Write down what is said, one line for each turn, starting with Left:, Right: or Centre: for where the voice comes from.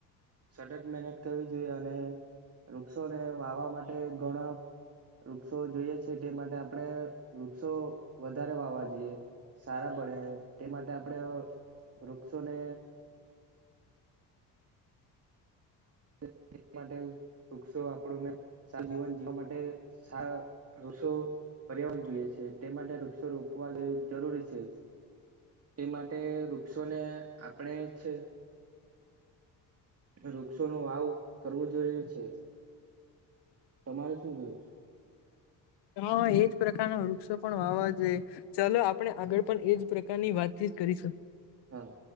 Right: સતત મહેનત કરવી જોઈએ અને વૃક્ષોને વાવવા માટે ઘણાં વૃક્ષો જોઈએ છે તે માટે આપણે વૃક્ષો વધારે વાવવા જોઈએ સારાંપડે તે માટે આપણે વૃક્ષોને <inaudible> માટે વૃક્ષો આપણુંને સારું જીવન જીવવા માટે સા રૂસો પર્યાવરણ જોઈએ છે તે માટે વૃક્ષો રોપવા જેવી જરૂરી છે એ માટે વૃક્ષોને આપણે છે વૃક્ષોનો વાવ કરવો જરૂરી છે તમારે શું થયું છે?
Left: હા એજ પ્રકારના વૃક્ષો પણ વાવવા જોઇએ ચાલો આપણે આગળ પણ એજ પ્રકારની વાતથી કરી શકુ.
Right: હા